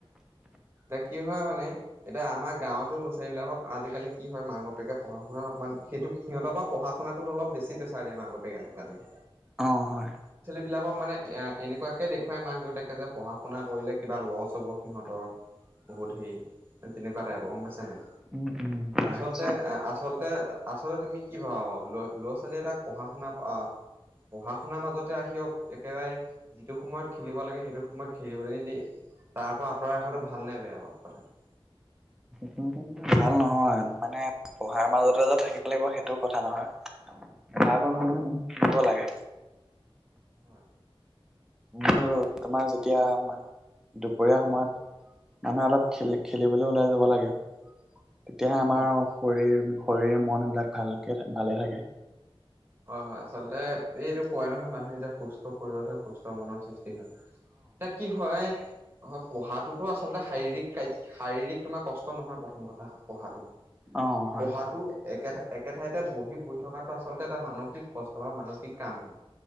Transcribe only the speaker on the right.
এতিয়া কি হয় মানে, এতিয়া আমাৰ গাঁওতো ল'ৰা ছোৱালী বিলাকক আজিকালি হয় মাক বাপেকে পঢ়া শুনাত অক মান সেইটো সিহঁত বা পঢ়া শুনাতোত অলপ বেচি প্ৰেছাৰ দিয়ে মাক বাপেক আজিকালি।
বিলাকক মানে এ এনেকুৱাকে দেখুৱাই মাক দেউতাকে যে পঢ়া শুনা কৰিলে কিবা লছ হ'ব সিহঁতৰ। বহুত হেৰি তেনেকুৱা টাইপৰ গম পাইছনে নাই।
আচলতে, আচলতে, আচলতে তুমি কি ভাবা বাৰু ল ল'ৰা ছোৱালী এটাক পঢ়া শুনা পঢ়া শুনাৰ মাজতে ৰাখিব একেবাৰে যিটো সময়ত খেলিব লাগে সেইটো সময়ত খেলিবলৈ নিদিয়ে। তাৰ পৰা আঁতৰাই ৰখাটো ভাল নে বেয়া বাৰু কথাটো।
হয়
হয়
হয়
হয় হয় আচলতে এই এইটো ক'য় নহয় মানুহে যে সুস্থ শৰীৰতহে সুস্থ মনৰ সৃষ্টি হয়। তিয়া কি হয়। হয় পঢ়াটোতো আচলতে শাৰীৰিক শাৰীৰিক তোমাৰ কষ্ট নহয় প্ৰথম কথা পঢ়াটো।
পঢ়াতো একে একে ঠাইতে বহি পঢ়ি থকাতটো আচলতে এটা মানসিক কষ্ট বা মানসিক কামহে